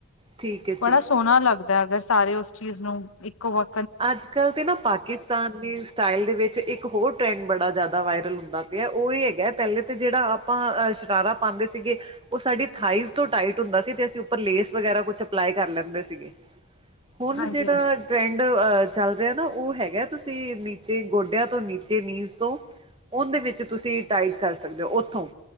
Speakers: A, on the right; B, on the left.
A: ਠੀਕ ਹੈ,
B: ਬੜਾ
A: ਠੀਕ
B: ਸੋਹਣਾ
A: ਹੈ ਜੀ।
B: ਲੱਗਦਾ ਅਗਰ ਸਾਰੇ ਉਸ ਚੀਜ਼ ਨੂੰ ਇੱਕੋ ਵਅਰ
A: ਅੱਜ ਕੱਲ ਤੇ ਨਾ ਪਾਕਿਸਤਾਨ ਦੀ ਸਟਾਈਲ ਦੇ ਵਿੱਚ ਇੱਕ ਹੋਰ ਟ੍ਰੈਂਡ ਬੜਾ ਜਾਦਾ ਵਾਇਰਲ ਹੁੰਦਾ ਪਿਆ ਓਈ ਹੈਗਾ ਪਹਿਲੇ ਤਾਂ ਜੇੜਾ ਆਪਾਂ ਅਹ ਸ਼ਰਾਰਾ ਪਾਂਦੇ ਸੀਗੇ ਓ ਸਾਡੀ ਥਾਈਜ਼ ਤੋਂ ਟਾਈਟ ਹੁੰਦਾ ਸੀ ਤੇ ਅਸੀਂ ਉੱਪਰ ਲੇਸ ਵਗੈਰਾ ਕੁਛ ਅਪਲਾਈ ਕਰ ਲੈਂਦੇ ਸੀਗੇ। ਹੁਣ
B: ਹਾਂਜੀ
A: ਜਿਹੜਾ
B: ਹਾਂਜੀ
A: ਟਰੈਂਡ ਅਹ ਚੱਲ ਰਿਆ ਨਾ ਓ ਹੈਗਾ ਤੁਸੀਂ ਨੀਚੇ ਗੋਡਿਆਂ ਤੋਂ ਨੀਚੇ ਨੀਂਜ਼ ਤੋਂ ਓਂਦੇ ਵਿੱਚ ਤੁਸੀਂ ਟਾਈਟ ਕਰ ਸਕਦੇ ਓਥੋ